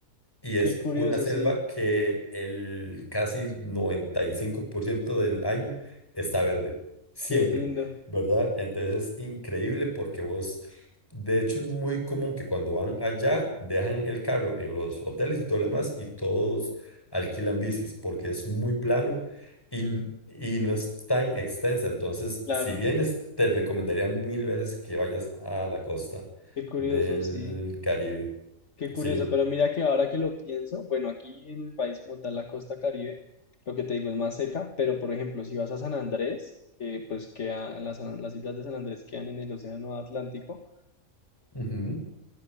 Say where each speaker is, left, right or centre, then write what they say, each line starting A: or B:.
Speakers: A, on the left; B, on the left.
A: Y es
B: Qué curioso,
A: una selva
B: sí,
A: que el casi 95% del año está verde, siempre,
B: qué lindo.
A: ¿verdad? Entonces es increíble porque vos, de hecho es muy común que cuando van allá dejan el carro en los hoteles y todo lo demás y todos alquilan bicis porque es muy plano y, n- y no es tan extensa. Entonces,
B: Claro,
A: si vienes, te recomendaría mil veces que vayas a la costa
B: qué curioso,
A: del
B: sí.
A: Caribe.
B: Qué
A: Sí.
B: curioso, pero mira que ahora que lo pienso, bueno, aquí en el país como tal, la costa Caribe, lo que te digo es más seca, pero por ejemplo, si vas a San Andrés, que pues queda, las, las islas de San Andrés quedan en el Océano Atlántico,
A: Ujú,